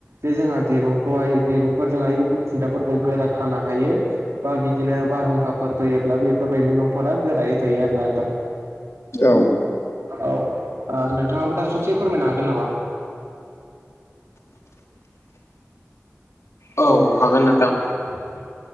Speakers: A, on the right; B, on the left.
A: जे जोंहा दिरुंखौहाय दिरुंफोरजोंहाय बेफोर खुन्थाफोरखौ गोरा खानो हायो। बा बिदिनो बारहुंखाफोर फैयोब्ला बेफोरबायदि न'फोरा गोरायै थायो आरोना नोंथां।
B: औ।
A: औ। ओ नोंथाङाबो दा ससे फोरमायनो हागोन नामा?
B: औ
A: औ हागोन
B: नोंथां
A: हागोन।